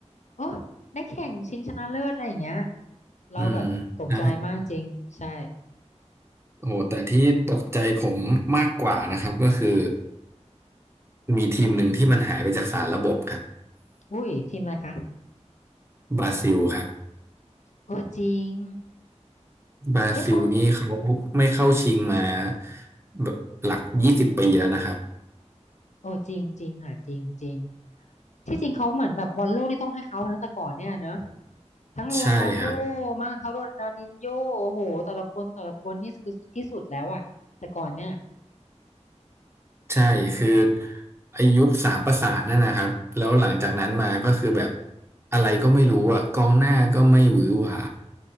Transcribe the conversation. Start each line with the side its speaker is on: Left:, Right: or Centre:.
Left: โอ้ได้แข่งชิงชนะเลิศอะไรอย่างเงี้ยเราแบบตกใจมากจริงใช่
Right: อืมใช่โอ้หแต่ที่ตกใจผมมากกว่านะครับก็คือมีทีมหนึ่งที่มันหายไปจากสารระบบครับ
Left: อุ้ยทีมอะไรคะ
Right: บราซิลครับ
Left: โอ้จริง
Right: บราซิลนี่เขาไม่เข้าชิงมา
Left: เอ๊ะเขา
Right: แบบหลักยี่สิบปีแล้วนะครับ
Left: โอ้จริงจริงค่ะจริงจริงที่จริงเขาเหมือนแบบบอลโลกนี่ต้องให้เขาเลยนะแต่ก่อนเนี่ยเนอะทั้งโรนัลโด
Right: ใช่ครับ
Left: มั่งทั้งโรนัลดินโญโอ้โหแต่ละคนแต่ละคนนี่คือที่สุดแล้วอะแต่ก่อนเนี่ย
Right: ใช่คือไอ้ยุคสามประสานนั่นนะครับแล้วหลังจากนั้นมาก็คือแบบอะไรก็ไม่รู้อ่ะกองหน้าก็ไม่หวือหวา